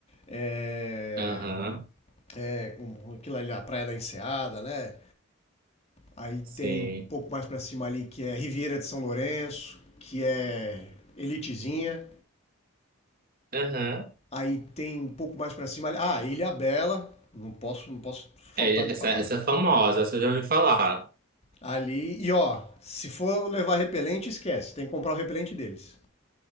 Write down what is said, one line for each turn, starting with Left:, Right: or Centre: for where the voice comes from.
Left: é,
Right: Aham,
Left: é, com- com aquilo ali, a Praia da Enseada, né? Aí
Right: sim.
Left: tem um pouco mais pra cima ali que é Riviera de São Lourenço, que é Elitezinha.
Right: Aham.
Left: Aí tem um pouco mais pra cima ali, ah, Ilha Bela, não posso, não posso faltar
Right: É,
Left: de falar.
Right: essa, essa é famosa, essa eu já ouvi falar.
Left: Ali, e ó, se for levar repelente, esquece. Tem que comprar o repelente deles.